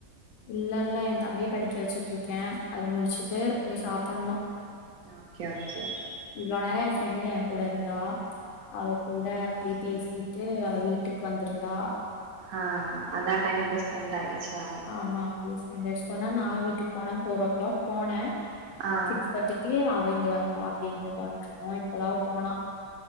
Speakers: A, on the left (about 85°); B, on the right (about 70°).
A: இல்ல இல்ல என் தம்பிய படிக்க வச்சிட்டு இருக்கேன் அது முடிச்சிட்டு போய் சாப்பணும்
B: ஓகே ஓகே
A: இவ்ளோ நேரம் என் ஃப்ரெண்டு் என் கூட இருந்தா அவ கூட அப்டியே பேசி ட்டு அவ வீட்டுக்கு வந்துருந்தா
B: ஆ அதா டைம் அப்டே ஸ்பெண்ட் ஆயிடுச்சா
A: ஆமா அப்டியே ஸ்பெண்ட் ஆயிச்சி கொன்நேரம் நா வீட்டுக்கு போன ஃபோர் ஓ கிளாக் போனேன்
B: ஆ
A: சிக்ஸ் தேட்டி க்கி அவ இங்க வந்தா அப்டிங்க கொறஞ்சணும் இப்பதா அவ போனா